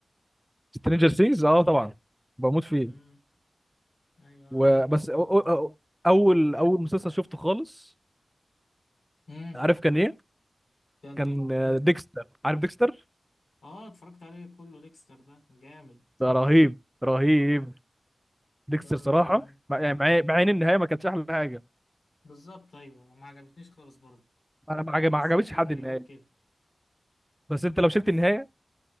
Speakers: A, in the centre; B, on the left.
A: سترينجر سينجز أه طبعا بموت فيه
B: امم ايوه
A: وبس
B: أنا قلت كده برضه
A: أو أو أو أول أول مسلسل شفته خالص
B: امم
A: عارف كان إيه؟
B: كان
A: كان
B: ايه
A: ديكستر عارف ديكستر؟
B: اه اتفرجت عليه كله ديكستر ده جامد
A: ده رهيب رهيب ديكستر
B: لا والله
A: صراحة مع يعني مع مع إن النهاية ما كانتش أحلى حاجة
B: بالظبط ايوه ما عجبتنيش خالص برضه
A: أنا ما عجب-
B: يعني
A: ما
B: ازاي
A: عجبتش
B: في الاخر
A: حد النهاية
B: يموت كده
A: بس انت لو شلت النهايه